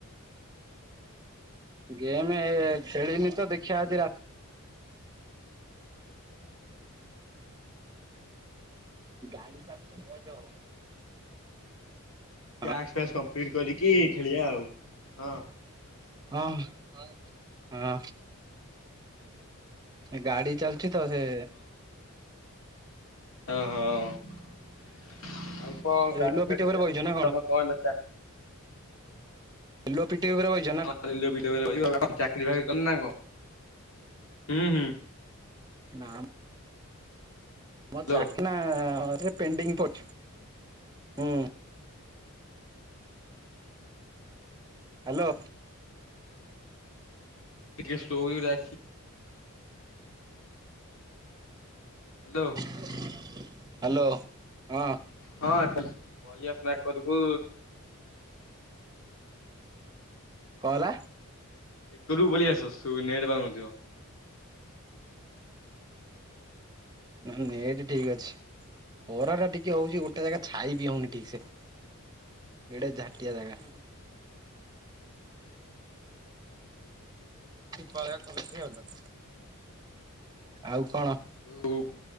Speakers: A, on the right; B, on the left.
A: ଗେମ୍ ଏ ଖେଳିନି ତ ଦେଖିବା ଆଜି ରା ଗାଡ଼ି ଟା <inaudible> <unintelligible>
B: ପ୍ୟାଣ୍ଟ ସାର୍ଟ ସପିଙ୍ଗ କରିକି ଖେଳିବା ଆଉ ହଁ।
A: ହଁ ହଁ। ଏ ଗାଡି ଚାଲିୁଚି ତ ସେ
B: ହଁ ହଁ ଆଉ କଣ
A: ରେଲୱେ
B: ଗାଡି
A: ପିଟି
B: ଫାଡି
A: ଉପରେ
B: ଚାଲୁଚି
A: ବଇଛ
B: କି
A: ନା
B: ତମ କଣ ଚା?
A: ଏଲୋପିିଟି ଉପରେ ବଇଚି।
B: <inaudible> ଚାକିରି ଫକିରି କର ନା କଣ ହୁଁ ହୁଁ
A: ନାଁ ମ।
B: ହ୍ୟାଲୋ
A: ମୋ ଚାଖଣା ରେ ପେଣ୍ଡିଙ୍ଗ ପଡିଚି ହୁଁ। ହ୍ୟାଲୋ।
B: ଟିକେସ୍ଲୋ ହେଗ ରା ଆଖି। ହ୍ୟାଲୋ।
A: ହ୍ୟାଲୋ ହଁ।
B: ହଁ ପଳିଆସୁନା ଏକରକୁ।
A: କଣ ହେଲା।
B: ଏକରୁକୁ ପଳେଇଆସ ନେଟ ପାଉନଥିବ।
A: ନେଟ ଠିକ ଅଛି ଖରା ଟା ଟିକେ ହଉଛି ଗୋଟେ ଜାଗା ଛାଇବି ହଉନି ଠିକ ସେ। ଏଡେ ଝାଟିଆ ଜାଗା। ଏ ଖରା କମିବ ନା। ଆଉ କଣ?
B: ଯୋଉ